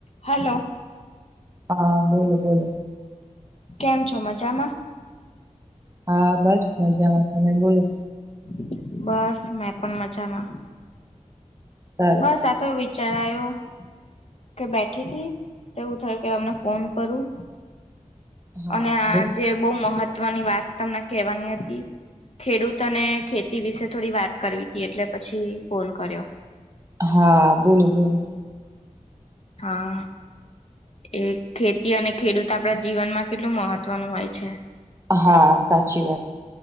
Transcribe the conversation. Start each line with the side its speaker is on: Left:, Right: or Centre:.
Left: Hello
Right: હા બોલો બોલો
Left: કેમ છો મજામાં?
Right: હા બસ મજામાં તમે બોલો.
Left: <inaudible> બસ મેં પણ મજામાં.
Right: સરસ
Left: બસ આતો વી વિચાર આયો કે બેઠી હતીથી તેવું થયુ કે તમને ફોન કરું.
Right: હા
Left: અને આજે
Right: બોલ
Left: બહુ મહત્વની વાત તમને કહેવાની હતી ખેડૂત અને ખે તે વિશે થોડી વાત કરવી તી એટલે પછી ફોન કર્યો
Right: હા, બોલો બોલો
Left: હા એ ખેતી અને ખેડૂત આપણા જીવનમાં કેટલું મહત્વનું હોય છે
Right: હા સાચી વાત